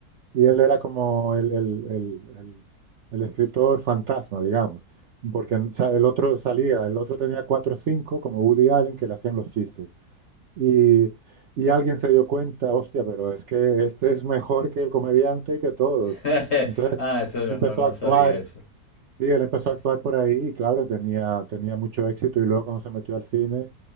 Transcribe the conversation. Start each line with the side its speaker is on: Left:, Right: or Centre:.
Right: y él era como el, el, el, el- el escritor fantasma, digamos, porque en- sa- el otro salía, el otro tenía cuatro o cinco, como Woody Allen, que le hacían los chistes. Y, y alguien se dio cuenta, hostia, pero es que este es mejor que el comediante y que todos.
Left: <laughs>
Right: Entonces,
Left: Ah, eso no,
Right: él empezó
Left: no, no
Right: a actuar,
Left: sabía eso.
Right: y él empezó
Left: Sí,
Right: a actuar por ahí y claro, tenía, tenía mucho éxito y luego cuando se metió al cine,